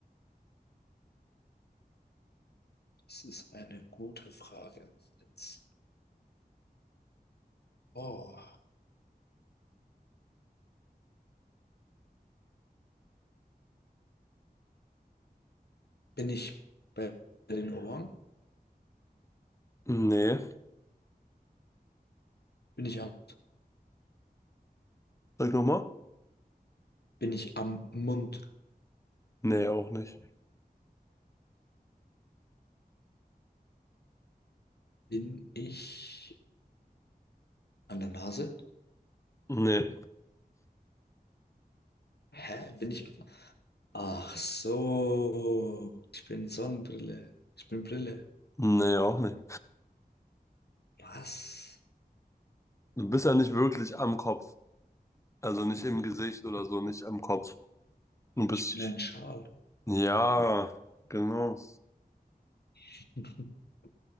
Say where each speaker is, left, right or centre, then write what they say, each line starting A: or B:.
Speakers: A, on the left; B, on the left.
A: das ist eine gute Frage. Jetzt- Oh, bin ich bei den Ohren?
B: Nee.
A: Bin ich am,
B: Sag nochmal.
A: bin ich am Mund?
B: Nee, auch nicht.
A: Bin ich an der Nase?
B: Nee.
A: Hä? Bin ich. Ach so. Ich bin Sonnenbrille. Ich bin Brille.
B: Nee, auch nicht.
A: Was?
B: Du bist ja nicht wirklich am Kopf. Also nicht im Gesicht oder so, nicht am Kopf. Du bist.
A: Ich bin ein Schal.
B: Ja, genau.
A: <laughs>